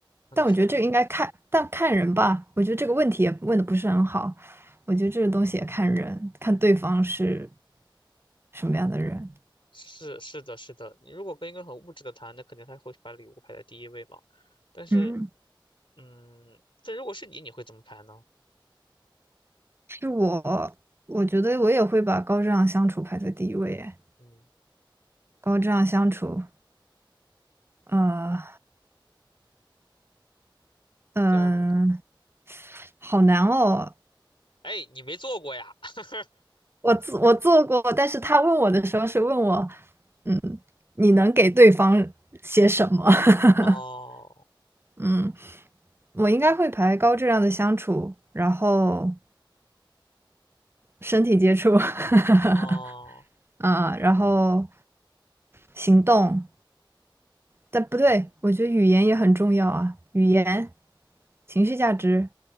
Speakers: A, on the left (about 80°); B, on the right (about 30°).
A: 那你说。
B: 但我觉得这个应该看，但看人吧。我觉得这个问题也问的不是很好。我觉得这个东西也看人，看对方是什么样的人。
A: 是是的，是的。你如果跟一个很物质的谈，那肯定他会把礼物排在第一位嘛。但是，
B: 嗯
A: 嗯，但如果是你，你会怎么排呢？
B: 是我，我觉得我也会把高质量相处排在第一位耶。
A: 嗯，
B: 高质量相处，呃，嗯，
A: 第二个呢？
B: 好难哦。
A: 哎，你没做过呀？<laughs>
B: 我做我做过，但是他问我的时候是问我，嗯，你能给对方些什么？<laughs>
A: 哦，
B: 嗯，我应该会排高质量的相处，然后身体接触，<laughs>
A: 哦，
B: 啊，然后行动，但不对，我觉得语言也很重要啊，语言、情绪价值、